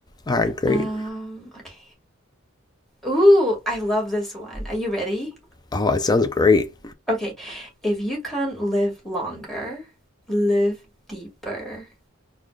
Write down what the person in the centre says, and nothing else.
Um, okay. Ooh, I love this one. Are you ready?
Okay. If you can't live longer, live deeper.